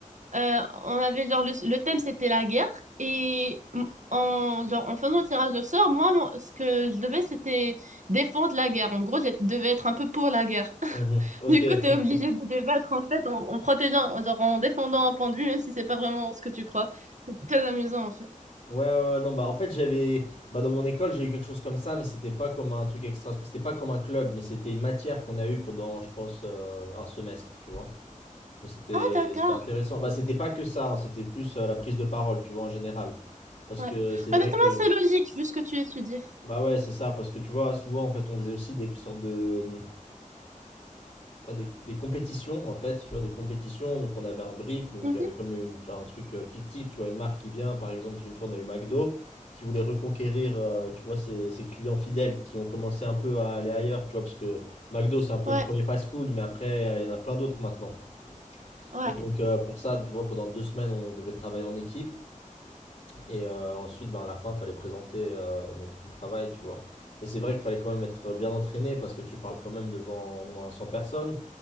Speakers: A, on the right (about 65°); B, on the left (about 70°).
A: euh, on avait genre le, le thème c'était la guerre et m- en genre en faisant le tirage au sort, moi mon- ce que je devais c'était défendre la guerre. En gros, je devais être un peu pour la guerre. <laughs>
B: Mhm. Ok,
A: Du coup, t'es
B: ok.
A: obligé de débattre en fait en, en protégeant, en- genre en défendant un point de vue même si c'est pas vraiment ce que tu crois. C'est très amusant en fait.
B: Ouais, ouais, ouais, non, bah en fait j'avais, bah dans mon école j'ai eu quelque chose comme ça, mais c'était pas comme un truc extra, c'était pas comme un club, mais c'était une matière qu'on a eue pendant, je pense, euh, un semestre, tu vois. Mais c'était,
A: Ah d'accord.
B: c'était intéressant. Bah c'était pas que ça, hein, c'était plus euh, la prise de parole, tu vois, en général. Parce
A: Ouais.
B: que c'est vrai
A: Honnêtement,
B: que,
A: c'est logique vu ce que tu étudies.
B: bah ouais, c'est ça, parce que tu vois, souvent en fait on faisait aussi des sortes de, mmh, pas des, des compétitions en fait, tu vois, des compétitions. Donc on avait un brief, donc
A: Mhm.
B: avec comme une- un truc euh, fictif, tu vois, une marque qui vient, par exemple, une fois on a eu McDo qui voulait reconquérir, euh, tu vois, ses, ses clients fidèles qui ont commencé un peu à aller ailleurs, tu vois, parce que McDo c'est un peu
A: Ouais,
B: le premier fast-food, mais après euh, il y en a plein d'autres maintenant.
A: ouais,
B: Et donc euh, pour ça, tu vois, pendant deux semaines on devait travailler en équipe et euh, ensuite, ben, à la fin, il fallait présenter euh, donc tout le travail, tu vois. Et c'est vrai qu'il fallait quand même être bien entraîné parce que tu parles quand même devant au moins 100 personnes.